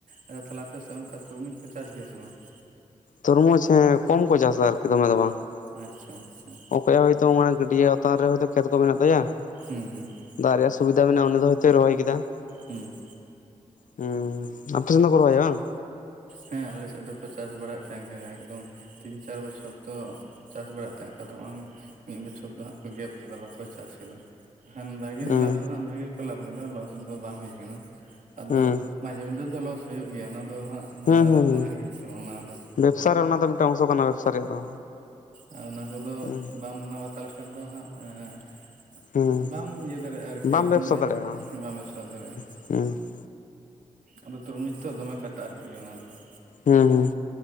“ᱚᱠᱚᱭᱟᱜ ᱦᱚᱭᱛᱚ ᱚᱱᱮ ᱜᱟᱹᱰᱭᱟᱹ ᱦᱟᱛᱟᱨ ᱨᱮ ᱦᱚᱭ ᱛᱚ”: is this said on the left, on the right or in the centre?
Left